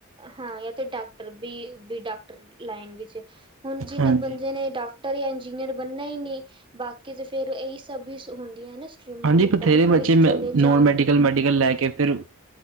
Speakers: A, on the right; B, on the right.
A: ਹਾਂ ਤੇ ਡਾਕਟਰ ਵੀ ਡਾਕਟਰ ਲਾਈਨ ਵਿਚ ਹੁਨ ਜਿੰਨੇ
B: ਹਾਂਜੀ।
A: ਬੰਦੇ ਨੇ ਡਾਕ ਟਰ ਯਾ ਇੰਜਨੀਆਰ ਬਨਾ ਹੀ ਨਹੀਂ। ਬਾਕੀ ਤੇ ਫੇਰ ਇਹੀ ਸਭ ਵੀ ਹੁੰਦੀਆਂ ਨਾ। ਸਟਰੀਮਾਂ
B: ਹਾਂਜੀ
A: ਵੀ
B: ਬਥੇਰੇ
A: ਬੈਂਕ
B: ਬੱਚੇ
A: ਵਿੱਚ
B: ਮੈ
A: ਚਲੇ
B: ਨੋਨ
A: ਜਾਓ
B: ਮੈਡੀਕਲ ਮੈਡੀਕਲ ਲੈ ਕੇ ਫਿਰ